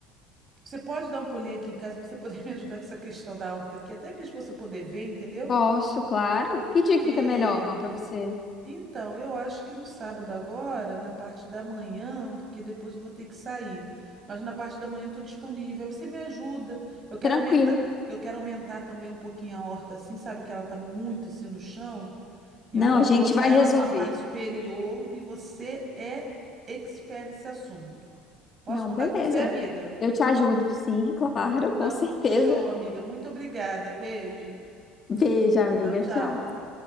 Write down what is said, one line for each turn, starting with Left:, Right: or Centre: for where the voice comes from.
Right: Você pode dar um pulinho aqui em casa para você poder <laughs> me ajudar com essa questão da horta aqui, até mesmo para você poder ver, entendeu?
Left: Posso, claro.
Right: Porque
Left: Que dia que fica melhor pra você?
Right: Então, eu acho que no sábado agora, na parte da manhã, porque depois eu vou ter que sair. Mas na parte da manhã eu estou disponível. Aí você me ajuda. Eu quero
Left: Tranquilo.
Right: aumentar, eu quero aumentar também um pouquinho a horta assim, sabe? Que ela tá muito assim no chão. E
Left: Não,
Right: eu quero
Left: a gente
Right: colocar
Left: vai
Right: ela
Left: resolver.
Right: numa parte superior. E você é expert nesse assunto. Posso
Left: Não,
Right: contar
Left: beleza.
Right: com você, amiga?
Left: Eu te ajudo, sim, <laughs> claro,
Right: Então,
Left: com certeza.
Right: show, amiga. Muito obrigada. Beijo.
Left: Beijo, amiga.
Right: Tchau, tchau.
Left: Tchau.